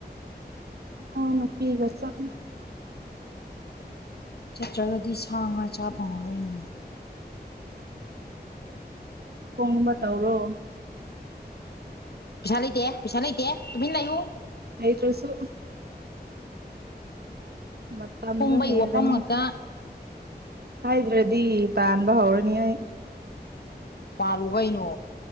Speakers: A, on the right; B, on the left.
A: ꯏꯅꯥꯎꯅꯨꯄꯤꯒ ꯆꯠꯅꯤ
B: ꯆꯠꯇ꯭ꯔꯒꯗꯤ ꯁꯥ ꯉꯥ ꯆꯥ ꯐꯪꯉꯔꯣꯏꯅꯦ
A: ꯄꯣꯡꯕ ꯇꯧꯔꯣ
B: ꯄꯩꯁꯥ ꯂꯩꯇꯦ ꯄꯩꯁꯥ ꯂꯩꯇꯦ ꯇꯨꯃꯤꯟ ꯂꯩꯌꯨ
A: ꯂꯩꯇ꯭ꯔꯥꯁꯨ ꯃꯇꯝꯗꯣ
B: ꯀꯨꯝꯕꯩ
A: ꯍꯦꯜꯂꯅꯤ
B: ꯋꯥꯐꯝ ꯉꯥꯛꯇ
A: ꯍꯥꯏꯗ꯭ꯔꯗꯤ ꯇꯥꯟꯕ ꯍꯧꯔꯅꯤ ꯑꯩ
B: ꯇꯥꯜꯂꯨ ꯀꯩꯅꯣ